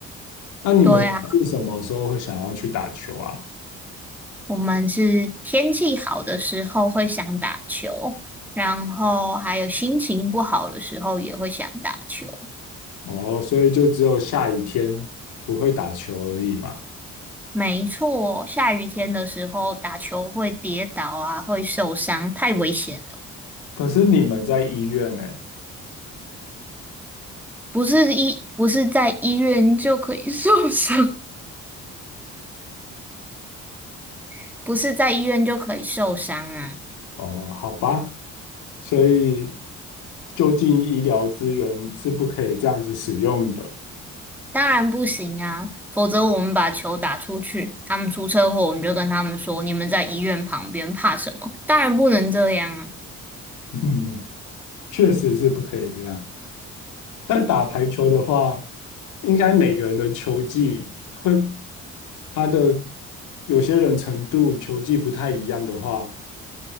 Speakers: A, on the left; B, in the centre.
A: 那你们是什么时候会想要去打球啊？
B: 对啊，我们是天气好的时候会想打球，然后还有心情不好的时候也会想打球。
A: 哦，所以就只有下雨天不会打球而已嘛。
B: 没错，下雨天的时候打球会跌倒啊，会受伤，太危险了。
A: 可是你们在医院呢？
B: 不是医，不是在医院就可以 <laughs> 受伤，<laughs> 不是在医院就可以受伤啊。
A: 哦，好吧，所以就近医疗资源是不可以这样子使用的。
B: 当然不行啊，否则我们把球打出去，他们出车祸，我们就跟他们说，你们在医院旁边，怕什么？当然不能这样啊。
A: <laughs> 嗯，确实是不可以这样。但打排球的话，应该每个人的球技会，他的有些人程度球技不太一样的话，